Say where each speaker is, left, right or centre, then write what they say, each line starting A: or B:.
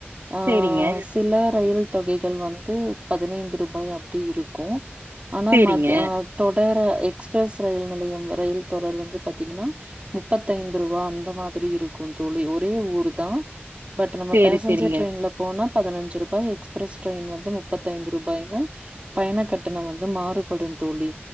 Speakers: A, on the right (about 30°); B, on the right (about 65°).
A: ஆஹ்
B: சேரிங்க
A: சில ரயில் தொகைகள் வந்து பதினைந்து ரூபாய் அப்படி இருக்கும் ஆனா
B: சேரிங்க
A: மத ஆஹ தொடர எக்ஸ்பிரஸ் ரயில் நிலையம் ரயில் தொடர் வந்து பாத்தீங்கன்னா முப்பத்து ஐந்து ரூபா அந்த மாதிரி இருக்கும் தோழி ஒரே ஊர் தான் பட் நம்ம
B: சேரி
A: பேசஞ்சர்
B: சேரிங்க
A: ட்ரெயின்ல போனா பதினஞ்சு ரூபாய் எக்ஸ்பிரஸ் ட்ரெயின் வந்து முப்பத்தி ஐந்து ரூபாயுனு பயண கட்டணம் வந்து மாறும் படும் தோழி